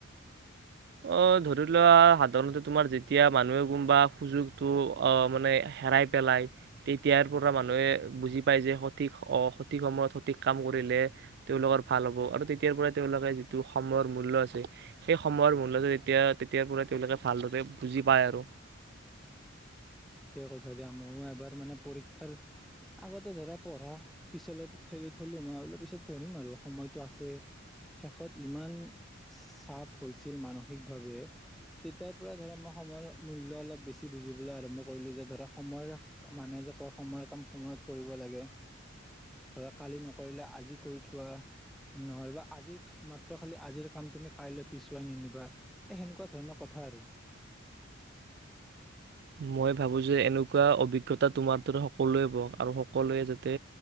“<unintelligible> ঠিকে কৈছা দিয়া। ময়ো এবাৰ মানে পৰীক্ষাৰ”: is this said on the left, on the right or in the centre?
Centre